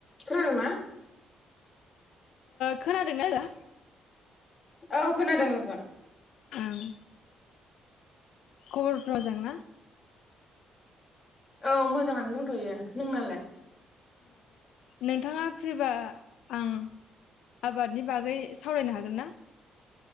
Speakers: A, on the left; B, on the left.
A: खोनादों ना?
B: खोनादोंना आ।
A: औ खोनादों लोगो।
B: ओं खबरफ्रा मोजांना?
A: औ मोजाङानो दंथ'यो नोंनालाय?
B: नोंथाङा फ्रिबा आं आबादनि बागै सावरायनो हागोन ना?